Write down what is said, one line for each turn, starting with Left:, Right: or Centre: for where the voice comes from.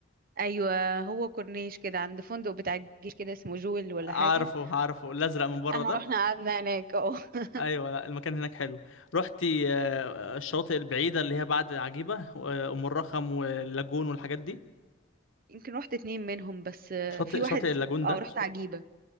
Right: ايوه هو كورنيش كده عند فندق بتاع الجيش كده اسمه جويل ولا
Left: عارفه
Right: حاجه
Left: عارفه الازرق من بره
Right: احنا
Left: ده
Right: رحنا قعدنا هناك اه <laughs>
Left: ايوه لا المكان هناك حلو رحتي آه، الشواطئ البعيده اللي هي بعد عجيبه وام الرخم واللاجون والحاجات دي
Right: يمكن رحت اتنين منهم بس آه،
Left: شاطئ
Right: في واحد
Left: شاطئ
Right: اسمه
Left: اللاجون
Right: اه
Left: ده
Right: رحت
Left: شاطئ...
Right: عجيبه